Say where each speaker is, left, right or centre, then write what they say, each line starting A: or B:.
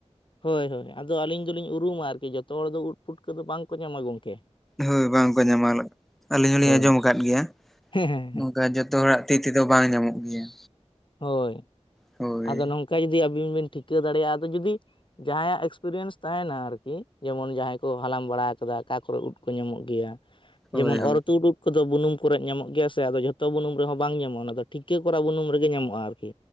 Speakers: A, on the left; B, in the centre.
A: ᱦᱚᱭ ᱦᱚᱭ ᱟᱫᱚ ᱟᱹᱞᱤᱧ ᱫᱚᱞᱤᱧ ᱩᱨᱩᱢᱟ ᱟᱨᱠᱤ ᱡᱚᱛᱚ ᱦᱚᱲ ᱫᱚ ᱩᱫ ᱯᱷᱩᱴᱠᱟᱹ ᱫᱚ ᱵᱟᱝᱠᱚ ᱧᱟᱢᱟ ᱜᱚᱢᱠᱮ᱾
B: ᱦᱚᱭ ᱵᱟᱝᱠᱚ ᱧᱟᱢᱟ <unintelligible> ᱟᱹᱞᱤᱧ ᱦᱚᱞᱤᱧ
A: ᱦᱳᱭ
B: ᱟᱸᱡᱚᱢ ᱟᱠᱟᱫ ᱜᱮᱭᱟ᱾
A: ᱦᱮᱸ ᱦᱮᱸ
B: ᱱᱚᱝᱠᱟ
A: ᱦᱮᱸ
B: ᱡᱚᱛᱚ ᱦᱚᱲᱟᱜ ᱛᱤ ᱛᱮᱫᱚ ᱵᱟᱝ ᱧᱟᱢᱚᱜ ᱜᱮᱭᱟ᱾
A: ᱦᱚᱭ
B: ᱦᱳᱭ
A: ᱟᱫᱚ ᱱᱚᱝᱠᱟ ᱡᱩᱫᱤ ᱟᱹᱵᱤᱱ ᱵᱤᱱ ᱴᱷᱤᱠᱟᱹ ᱫᱟᱲᱮᱭᱟᱜᱼᱟ ᱟᱫᱚ ᱡᱩᱫᱤ ᱡᱟᱦᱟᱸᱭᱟᱜ ᱮᱠᱥᱯᱨᱤᱭᱮᱱᱥ ᱛᱟᱦᱮᱱᱟ ᱟᱨᱠᱤ ᱡᱮᱢᱚᱱ ᱡᱟᱦᱟᱸᱭ ᱠᱚ ᱦᱟᱞᱟᱝ ᱵᱟᱲᱟ ᱟᱠᱟᱫᱟ ᱚᱠᱟ ᱠᱚᱨᱮ ᱩᱫ ᱠᱚ ᱧᱟᱢᱚᱜ ᱜᱮᱭᱟᱼᱼ
B: ᱦᱳᱭ
A: ᱡᱮᱢᱚᱱ
B: ᱦᱳᱭ
A: ᱚᱨᱛᱩᱫ ᱩᱫᱼᱼ ᱠᱚᱫᱚ ᱵᱩᱱᱩᱢ ᱠᱚᱨᱮ ᱧᱟᱢᱚᱜ ᱜᱮᱭᱟ ᱥᱮ ᱟᱫᱚ ᱡᱷᱚᱛᱚ ᱵᱩᱱᱩᱢ ᱨᱮᱦᱚᱸ ᱵᱟᱝ ᱧᱟᱢᱚᱜ-ᱟ ᱚᱱᱟ ᱫᱚ ᱴᱷᱤᱠᱟᱹ ᱠᱚᱨᱟ ᱵᱩᱱᱩᱢ ᱨᱮᱜᱮ ᱧᱟᱢᱚᱜ-ᱟ ᱟᱨᱠᱤ᱾